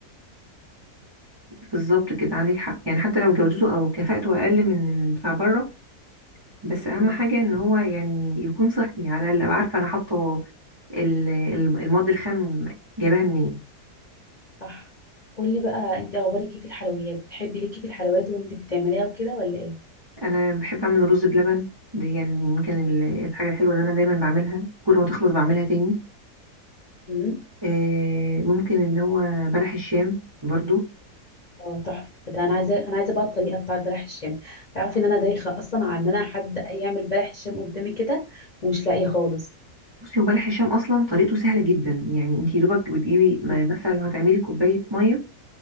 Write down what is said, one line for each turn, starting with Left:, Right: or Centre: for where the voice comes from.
Right: بالظبط كده عندك حق يعني حتى لو جودته او كفاءته اقل من بتاع بره بس
Left: صحي
Right: اهم حاجه ان هو يعني يكون صحي على الاقل ابقى عارفه انا حاطه ال- ال- المواد الخام جايباها منين
Left: صح قولي بقى انت اخبارك ايه في الحلويات بتحبي ليكي في الحلويات وانت بتعمليها وكده ولا ايه
Right: انا بحب اعمل رز بلبن دي يعني يمكن ال- الحاجه الحلوه اللي انا دايما بعملها كل ما تخلص بعملها تاني
Left: امم
Right: آه، ممكن اللي هو بلح الشام برضو
Left: اه تحفه ده انا عايزه انا عايزه بقى الطريقه بتاعت بلح الشام تعرفي ان انا دايخه اصلا على ان انا حد يعمل بلح الشام قدامي كده ومش لاقيه خالص
Right: بصي هو بلح الشام اصلا طريقته سهله جدا يعني انت دوبك بتجيبي ما-
Left: مم.
Right: مثلا لو هتعملي كوبايه ميه